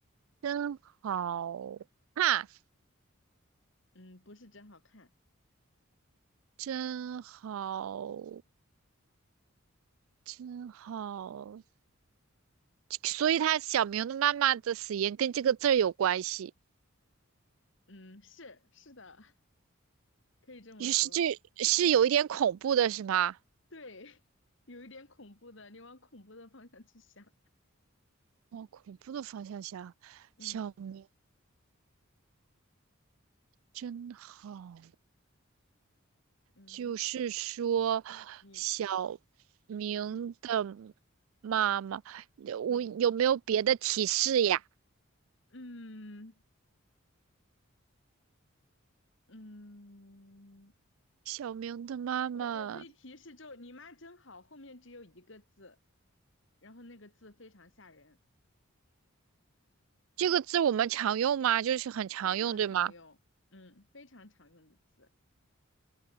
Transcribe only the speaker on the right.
真好啊，
真好，真好，所以他小明的妈妈的死因跟这个字儿有关系，
也是这是有一点恐怖的，是吗？
往恐怖的方向想，
小明真好。
就是说，
小明的
妈妈，呃我有没有别的提示呀？
小明的妈妈
这个字我们常用吗？就是很常用，
对吗？